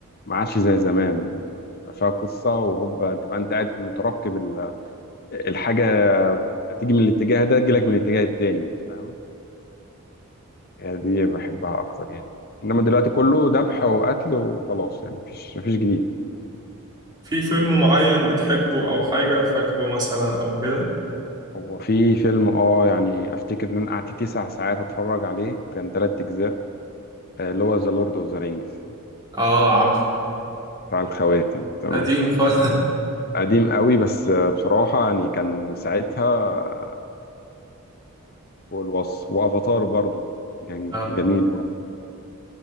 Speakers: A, on the left; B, on the right.
A: عادش زي زمان يعني تبقى فيها قصة وهوبا تبقى أنت قاعد مترقب ال- الحاجة هتيجي من الاتجاه ده تجيلك من الاتجاه التاني فاهم؟ يعني دي بحبها اكتر يعني انما دلوقتي كله ذبح وقتل وخلاص يعني مفيش مفيش جديد
B: في فيلم معين بتحبه او حاجه فاكره مثلا او كده
A: هو في فيلم اه يعني افتكر ان انا قعدت تسع ساعات اتفرج عليه كان تلات اجزاء آه، اللي هو ذا لورد اوف ذا رينجز
B: اه عارف
A: بتاع الخواتم تمام
B: قديم خالص <laughs>
A: قديم قوي بس آه، بصراحة يعني كان ساعتها آه، فوق الوصف وافاتار برضو كان
B: اه
A: جميل برضو